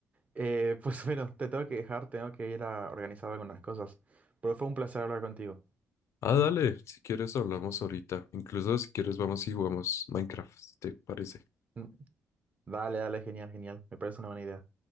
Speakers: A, on the right (about 30°); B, on the left (about 65°).
A: Eh, pues <laughs> bueno, te tengo que dejar, tengo que ir a organizar algunas cosas, pero fue un placer hablar contigo.
B: Ah, dale, si quieres hablamos ahorita. Incluso si quieres vamos y jugamos Minecraft, si ¿te parece?
A: Mm, Dale, dale, genial, genial, me parece una buena idea.